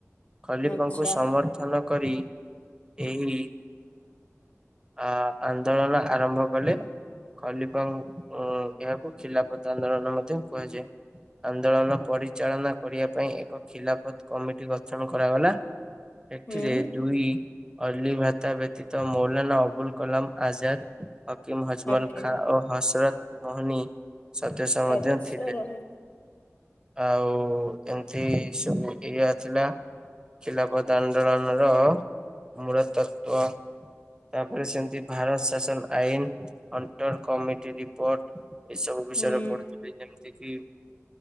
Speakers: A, on the right (about 15°); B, on the left (about 45°).
A: ଖଲିଫା
B: ଆଚ୍ଛା
A: ଙ୍କୁ ସମର୍ଥନ କରି। ଏହି ଆ ଆନ୍ଦୋଳନ ଆରମ୍ଭ କଲେ ଖଲିପା ଉଁ ଏହାକୁ ଖିଲାଫତ ଆନ୍ଦୋଳନ ମଧ୍ୟ କୁହାଯାଏ। ଆନ୍ଦୋଳନ ପରିଚାଳନା କରିବା ପାଇଁ ଏକ ଖିଲାଫତ କମିଟି ଗଠନ କରାଗଲା। ଏଠିରେ
B: ହୁଁ
A: ଦୁଇ ଅଲି ଭ୍ରାତା ବ୍ୟତୀତ ମୌଲାନା ଅବୁଲ କଲାମ ଆଜାଦ କିମ୍ ହଜମଲ
B: ହାକିମ
A: ଖାଁ ଓ ହସରତ ମୋହନି ସଦସ୍ୟ
B: ସଦସ୍ୟ
A: ମଧ୍ୟ ଥିଲେ।
B: ରହି
A: ଆଉ ଏମିତି ସବୁ ଇଆ ଥିଲା ଖିଲାଫଦ ଆନ୍ଦୋଳନ ର ମୂଳ ତତ୍ତ୍ୱ ତାପରେ ସେମିତି ଭାରତ ଶାସନ ଆଇନ ଅଣ୍ଟର କମିଟି ରିପୋର୍ଟ ଏଇ ସବୁ ବିଷୟରେ
B: ହୁଁ
A: ପଢୁଥିଲି ଯେମିତି କି